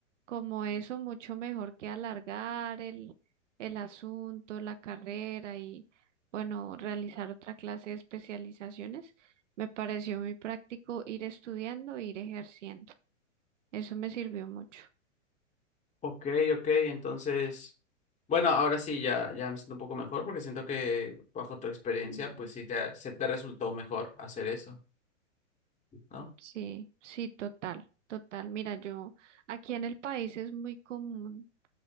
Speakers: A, on the right; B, on the left.
A: como eso mucho mejor que alargar el, el asunto, la carrera y, bueno, realizar otra clase de especializaciones. Me pareció muy práctico ir estudiando e ir ejerciendo. Eso me sirvió mucho.
B: Ok, ok, entonces, bueno, ahora sí ya, ya me siento un poco mejor porque siento que bajo tu experiencia, pues sí te, ha- se te resultó mejor hacer eso, ¿no?
A: Sí, sí, total, total. Mira, yo aquí en el país es muy común